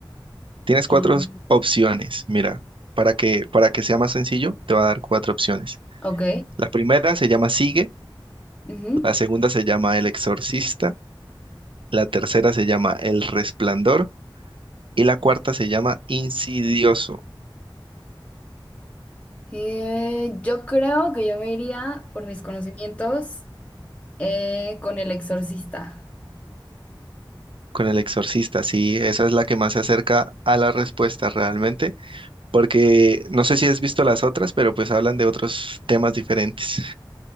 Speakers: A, on the right; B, on the left.
A: Tienes cuatro
B: Em,
A: os- opciones, mira, para que, para que sea más sencillo, te va a dar cuatro opciones.
B: ok.
A: La primera se llama Sigue,
B: ujú.
A: la segunda se llama El Exorcista, la tercera se llama El Resplandor y la cuarta se llama Insidioso.
B: Eh, yo creo que yo me iría por mis conocimientos eh, con El Exorcista.
A: Con el exorcista, sí, esa es la que más se acerca a la respuesta realmente, porque no sé si has visto las otras, pero pues hablan de otros temas diferentes.